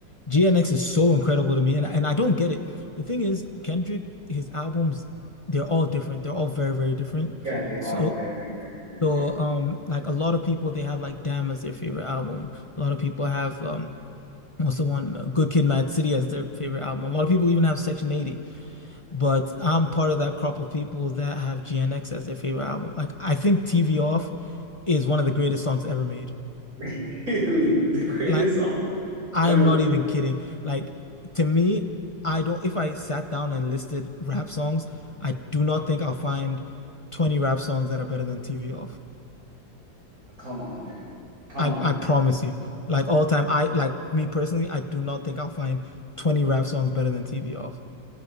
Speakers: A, on the left; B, on the right.
A: GNX is so incredible to me, and and I don't get it. The thing is, Kendrick, his albums, they're all different. They're all very, very different.
B: Yeah, they are
A: So,
B: very, very, very
A: so
B: different.
A: um, like a lot of people, they have like Damn as their favorite album. A lot of people have um, what's the one? uh, Good Kid, Mad City as their favorite album. A lot of people even have Section 80. But I'm part of that crop of people that have GNX as their favorite album. Like, I think TV Off is one of the greatest songs ever made.
B: <laughs> Really? The greatest
A: Like,
B: song
A: I
B: ever.
A: am not even kidding. Like, to me, I don't, if I sat down and listed rap songs, I do not think I'll find 20 rap songs that are better than TV Off.
B: Come on, man. Come
A: I,
B: on.
A: I promise you. Like, all time, I, like, me personally, I do not think I'll find 20 rap songs better than TV Off.